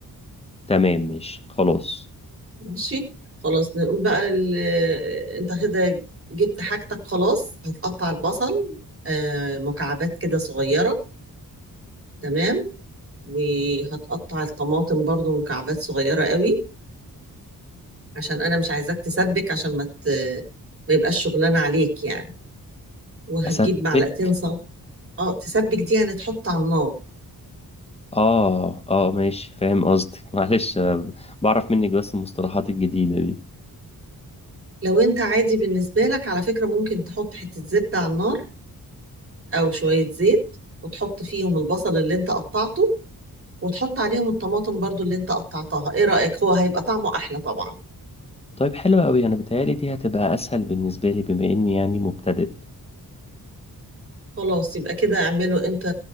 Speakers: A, on the left (about 15°); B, on the right (about 35°).
A: <laughs> تمام ماشي خلاص
B: ماشي خلاص نقول بقى ال... انت كده جبت حاجتك خلاص هتقطع البصل آه، مكعبات كده صغيرة تمام وهتقطع الطماطم برضو مكعبات صغيرة قوي عشان أنا مش عايزاك تسبك عشان ما ت... ما يبقاش شغلان عليك يعني وهتجيب
A: اسبك
B: معلقتين صب اه تسبك دي يعني تحط على النار
A: اه اه ماشي فاهم قصدك <laughs> معلش آه، بعرف منك بس المصطلحات الجديده
B: لو انت عادي بالنسبة لك على فكرة ممكن تحط حتة زبدة على النار أو شوية زيت وتحط فيهم البصل اللي انت قطعته وتحط عليهم الطماطم برضو اللي انت قطعتها ايه رأيك هو هيبقى طعمه أحلى طبعا
A: طيب حلو أوي أنا بتهيألي دي هتبقى أسهل بالنسبة لي بما إني يعني مبتدئ
B: خلاص يبقى كده اعمله انت